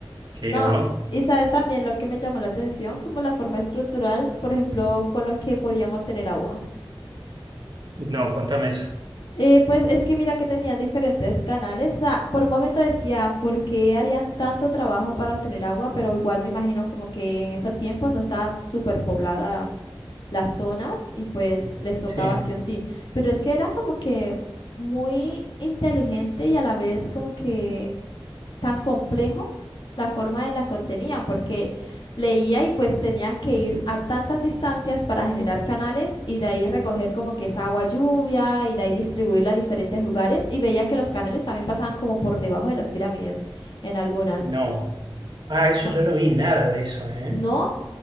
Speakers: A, on the right; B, on the left.
A: Sí,
B: No,
A: ¿no?
B: y sabes también lo que me llamó la atención, como la forma estructural, por ejemplo, con lo que podían obtener agua.
A: No, contame eso.
B: Eh, pues es que mira que tenían diferentes canales, o sea, por un momento decía, ¿por qué harían tanto trabajo para obtener agua? Pero igual me imagino como que en esos tiempos no estaba súper poblada las zonas y pues les tocaba
A: Sí,
B: sí o sí. Pero es que era como que muy inteligente y a la vez como que tan complejo la forma en la que obtenían, porque leía y pues tenían que ir a tantas distancias para generar canales y de ahí recoger como que esa agua lluvia y de ahí distribuirla a diferentes lugares y veía que los canales también pasaban como por debajo de las pirámides en algunas.
A: no. Ah, eso
B: No,
A: yo no vi nada de eso, ¿eh?
B: no,